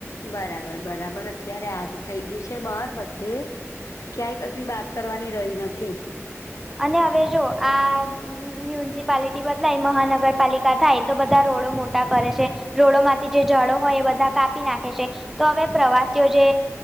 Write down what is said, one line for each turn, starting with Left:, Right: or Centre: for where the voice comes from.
Left: બરાબર બરાબર અત્યારે આજ થઇ ગયું છે બાર બધે. ક્યાંય કશી બાત કરવાની રહી નથી.
Centre: અને હવે જો આ. મ્યુનિસિપાલિટી બદલાય મહાનગરપાલિકા થાય તો બધા રોડો મોટા કરે છે. રોડો માંથી જે ઝાડો હોય એ બધા કાપી નાખે છે. તો હવે પ્રવાસીઓ જે